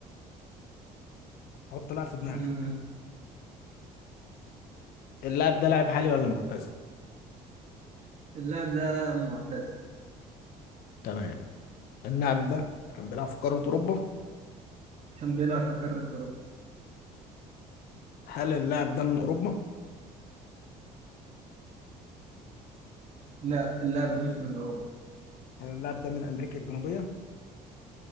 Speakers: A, on the left; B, on the right.
A: حط لاعب في دماغك
B: مم.
A: اللاعب ده لاعب حالي ولا معتزل
B: اللاعب ده معتزل
A: تمام اللاعب ده كان بيلعب في قارة أوروبا
B: كان بيلعب في قارة أوروبا
A: هل اللاعب ده من أوروبا
B: لا اللاعب ده مش من أوروبا
A: هل اللاعب ده من امريكا الجنوبيه